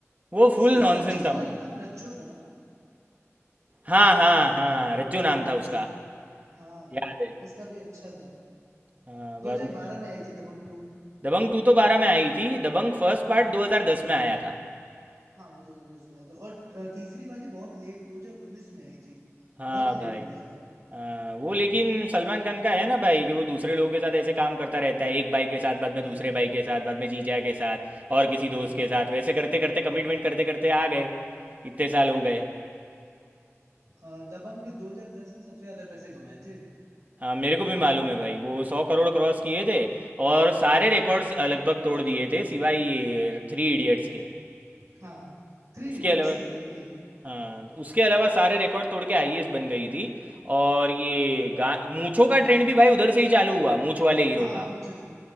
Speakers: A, on the right; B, on the right.
A: वो फुल
B: उसमें सोनाक्षी
A: नॉनसेंस
B: सिन्हा
A: था मतलब
B: का नाम रज्जो था ना
A: हाँ हाँ हाँ रज्जो नाम
B: रज्जो
A: था उसका
B: हाँ
A: याद है
B: उसका भी अच्छा था
A: हाँ
B: 2012
A: बाद में
B: में आई थी दबंग टू
A: दबंग टू तो बारह में आई थी दबंग फर्स्ट पार्ट
B: हम्म हम्म।
A: 2010 में आया था
B: हाँ वो 2010 में आया था और अ, तीसरी वाली बहुत लेट 2019 में आई थी
A: हाँ
B: बहुत लेट
A: भाई
B: हो गया था
A: हाँ वो लेकिन सलमान खान का है ना भाई कि वो दूसरे लोगों के साथ ऐसे काम करता रहता है एक भाई के साथ बाद में
B: हाँ
A: दूसरे
B: हाँ
A: भाई के साथ बाद में जीजा के साथ और किसी दोस्त
B: हाँ हाँ
A: के
B: हाँ।
A: साथ वैसे करते करते कमिटमेंट करते करते आ गए इतने साल हो गए
B: अ, दबंग ने 2010 में सबसे ज्यादा पैसे कमाए थे
A: हाँ मेरे को भी मालूम है भाई वो सौ करोड़ क्रॉस किए थे और सारे
B: हाँ
A: रिकॉर्ड्स लगभग तोड़ दिए थे सिवाय ये थ्री इडियट्स के
B: हाँ थ्री
A: उसके
B: इडियट्स
A: अलावा
B: तो अलग ही है
A: हाँ उसके अलावा सारे रिकॉर्ड तोड़ के आईएएस बन गई थी और ये गा मूंछों का ट्रेंड भी भाई उधर से ही चालू हुआ मूंछ वाले हीरो
B: हाँ हाँ
A: का
B: मुझे से